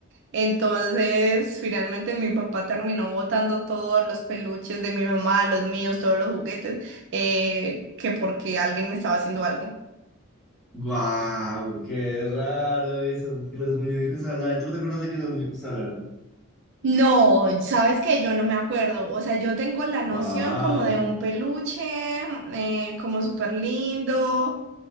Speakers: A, on the right; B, in the centre.
A: Entonces, finalmente mi papá terminó botando todos los peluches de mi mamá, los míos, todos los juguetes, eh, que porque alguien me estaba haciendo algo.
B: ¡Guau! ¡Qué raro eso! Que los muñecos hablaran. ¿Tú no te acuerdas de que los muñecos hablaran?
A: No, sabes que yo no me acuerdo, o sea, yo tengo la noción
B: Wow.
A: como de un peluche, eh, como súper lindo.